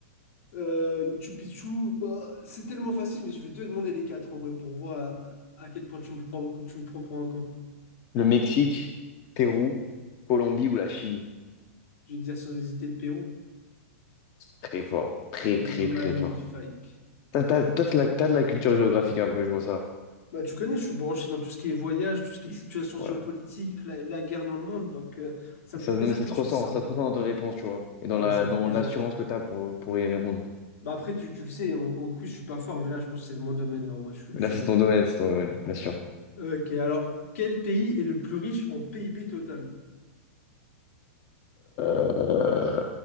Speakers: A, on the left; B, on the left.
A: Euh, Michu Picchu, bah, c'est tellement facile, mais je vais te demander les quatre en vrai pour voir à, à quel point tu me prends, tu me prends pour un con.
B: Le Mexique, Pérou, Colombie ou la Chili?
A: Je vais te dire sans hésiter le Pérou.
B: Très fort, très,
A: Elle
B: très,
A: est magnifique.
B: très fort. T'as, t'as- toi, t'as de la, t'as de la culture géographique un peu, je vois ça.
A: Bah, tu connais, je suis branché dans tout ce qui est voyage, tout ce qui est situation
B: Ouais.
A: géopolitique, la, la guerre dans le monde, donc euh, ça me
B: Ça,
A: fait plaisir
B: non, mais ça
A: que
B: se
A: tu
B: ressent,
A: dis ça.
B: ça se ressent dans tes réponses, tu vois. Et dans
A: Ah
B: la,
A: bah ça me
B: dans
A: fait plaisir.
B: l'assurance que t'as pour, pour y répondre.
A: Bah après, tu, tu le sais, en, en quiz, je suis pas fort, mais là, je pense que c'est de mon domaine, là, en vrai, je, suis
B: Mais
A: je
B: là,
A: suis
B: c'est
A: bien.
B: ton domaine, c'est ton domaine, bien sûr.
A: Ok, alors, quel pays est le plus riche en PIB total?
B: Euh,